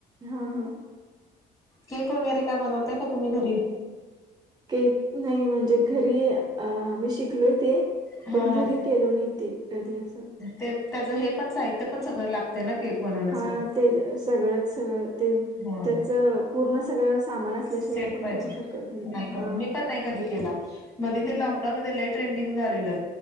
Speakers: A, on the right; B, on the left.
A: हा हा.
B: केक वगैरे काय बनवताय का तुम्ही घरी.
A: केक नाही म्हणजे घरी अ आम्ही शिकलो ते
B: हा
A: पण घरी
B: हा
A: केलो नाही ते कधी असं.
B: ते त्याचं हे पण साहित्य पण सगळं लागत ना. केक बनवण्यासाठी.
A: हा ते सगळंच सगळ ते.
B: होय
A: त्याच पूर्ण सगळं सामान असल्याशिवाय
B: सेट
A: आपण
B: पाहिजे
A: करू शकत नाही हा.
B: करून मी पण नाही कधी केला मध्ये
A: हम्म
B: ते लॉकडाऊन मध्ये लय ट्रेंडिंग झालेलं.